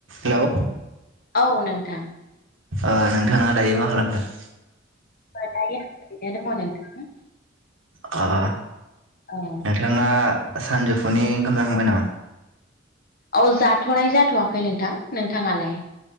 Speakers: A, on the right; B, on the left.
A: Hello
B: औ नोंथां
A: ओ नोंथाङा दायो मा खालामदों?
B: दायो ओरैनो दङ नोंथां?
A: आ
B: औ
A: नोंथाङा सानजौफुनि ओंखाम जाखांबाय नामा?
B: औ जाथ'नाय जाथ'वाखै नोंथां नोंथाङालाय?